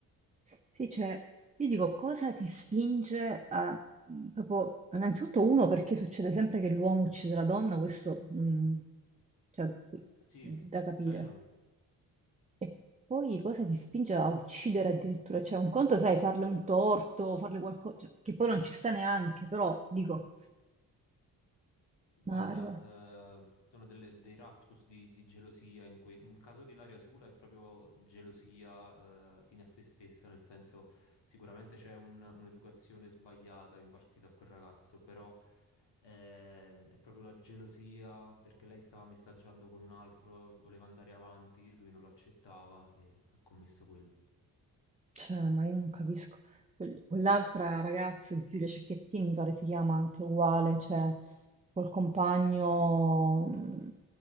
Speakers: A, on the right; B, on the left.
A: Sì, cioè, io dico cosa ti spinge a mh, proprio, innanzitutto uno perché succede sempre che l'uomo uccide la donna, questo mh, cioè, qui-
B: Sì,
A: da capire.
B: vero.
A: E poi cosa ti spinge a uccidere addirittura? Cioè, un conto, sai, farle un torto, farle qualcosa, che poi non ci sta neanche, però dico,
B: Guarda,
A: ma arriva.
B: eh, sono delle- dei raptus di, di gelosia, in cui, nel caso di Ilaria Sula è proprio gelosia, eh, fine a se stessa, nel senso sicuramente c'è un- un'educazione sbagliata impartita a quel ragazzo, però eh, è proprio la gelosia perché lei stava messaggiando con un altro, voleva andare avanti, lui non lo accettava e ha commesso quello.
A: Cioè, ma io non capisco. Quel- Quell'altra ragazza, Giulia Cecchettini, mi pare si chiama anche uguale, cioè col compagno mh,